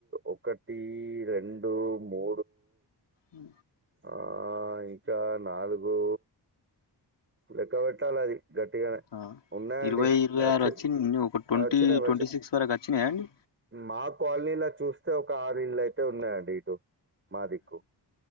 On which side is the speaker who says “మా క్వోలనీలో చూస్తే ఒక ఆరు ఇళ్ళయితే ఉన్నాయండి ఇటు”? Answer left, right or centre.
Right